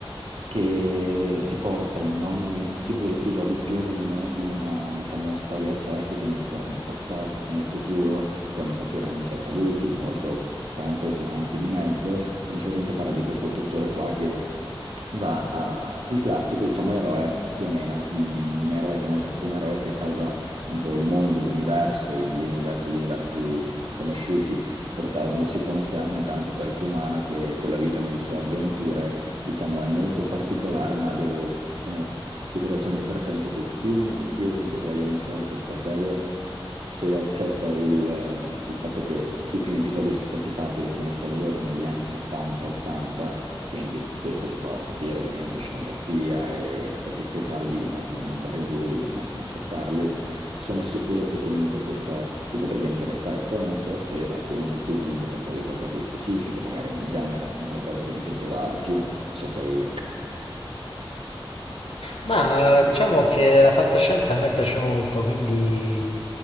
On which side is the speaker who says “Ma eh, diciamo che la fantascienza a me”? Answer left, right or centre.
Left